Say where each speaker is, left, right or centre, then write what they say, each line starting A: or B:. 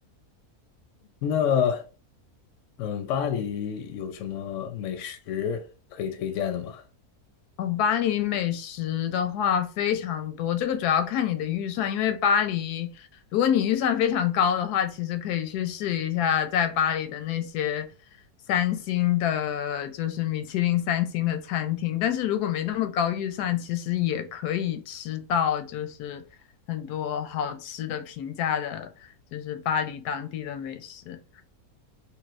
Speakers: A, on the left; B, on the left.
A: 那，嗯，巴黎有什么美食可以推荐的吗？
B: 哦，巴黎美食的话非常多，这个主要看你的预算，因为巴黎，如果你预算非常高的话，其实可以去试一下在巴黎的那些三星的，就是米其林三星的餐厅。但是如果没那么高预算，其实也可以吃到就是很多好吃的、平价的，就是巴黎当地的美食，